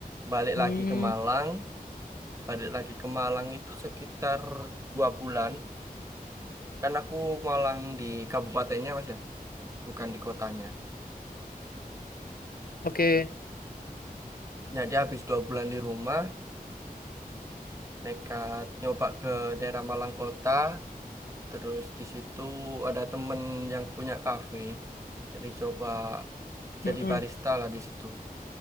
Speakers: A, on the right (about 20°); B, on the left (about 75°).
A: balik
B: Hmm,
A: lagi ke Malang balik lagi ke Malang itu sekitar dua bulan kan aku Malang di kabupatennya mas ya bukan di kotanya
B: oke.
A: jadi habis dua bulan di rumah nekat nyoba ke daerah Malang Kota terus di situ ada temen yang punya kafe jadi coba
B: Mhm.
A: jadi barista lah di situ